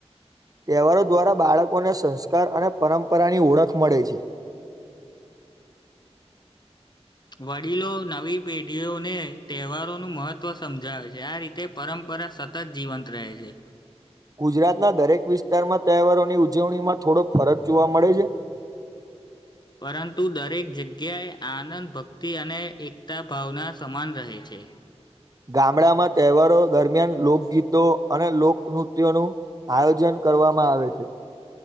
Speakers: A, on the right; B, on the left.
A: તહેવારો દ્વારા બાળકોને સંસ્કાર અને પરંપરાની ઓળખ મળે છે.
B: વડીલો નવી પેઢીઓને તહેવારોનું મહત્વ સમજાવે છે આ રીતે, તે પરંપરા સતત જીવંત રહે છે.
A: ગુજરાતના દરેક વિસ્તારમાં તહેવારોની ઉજવણીમાં થોડો ફરક જોવા મળે છે.
B: પરંતુ દરેક જગ્યાએ આનંદ ભક્તિ અને એકતા ભાવના સમાન રહે છે.
A: ગામડામાં તહેવારો દરમિયાન લોકગીતો અને લોક નૃત્યનું, આયોજન કરવામાં આવે છે.